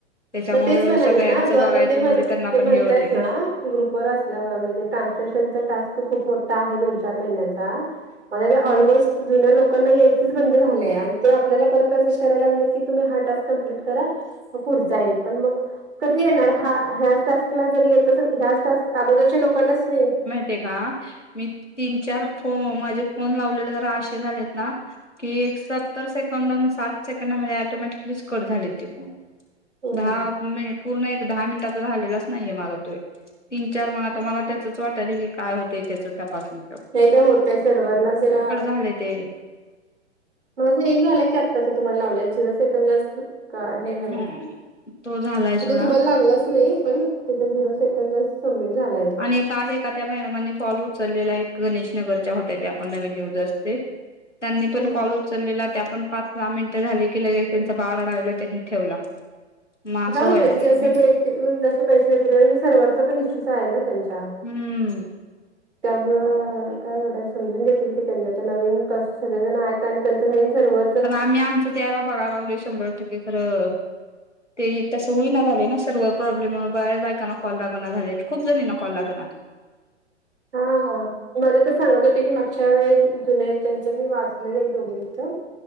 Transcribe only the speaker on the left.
त्याच्यामुळे
सगळ्यांचं
बघायचं
म्हणजे त्यांना
पण
हे होतंय ना
हम्म
ते कां मी तीन चार फोन माझे फोन लावलेले तरं आशे झालेतं नां कि एक सत्तर सेकंड सात सेकंडामंध्ये ऐटोमॅटिकली कंट झांले ते फोन
दहां पूर्ण एक दहां मिनिटांचा झालेलांच नाहीये माझां तो तीन चार मंग आता मलां त्याचंच वाटलं की कायं होतं त्याचं तपासूंन
झाले ते
हम्म
तो झालाय सोडा
आणि कांल एका त्यां मॅडमनी काॅल उचललेलां आहे गणेश नगरच्यां होत्यां त्यां आपणं नवीन न्यूज असते त्यांनी पणं
कॉल उचलंलेला त्यां पणं पांच सहा मिनिटं झांले की लगेचं त्यांच्या बाळं अडायला त्यांनीं ठेवला मग असं
व्हायला
लागले
नाही
हम्मं
कारणं आम्हीं आमचं द्यायला बघांय लागलं शंभर टक्के खरं ते तसं होई नां झाले नां सर्व प्रॉब्लेम बाहेर बायकांना कॉल लागेनां झाले खूंप जणींना कॉल लागणातं